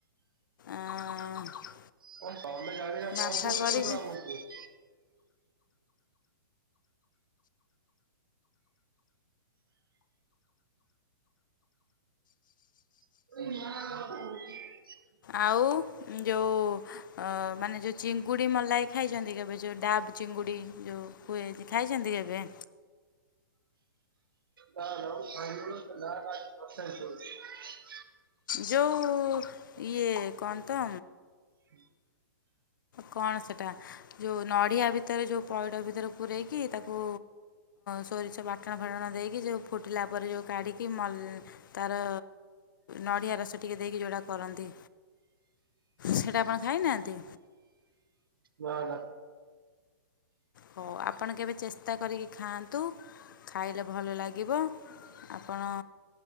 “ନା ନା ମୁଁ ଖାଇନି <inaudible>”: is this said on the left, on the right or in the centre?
Right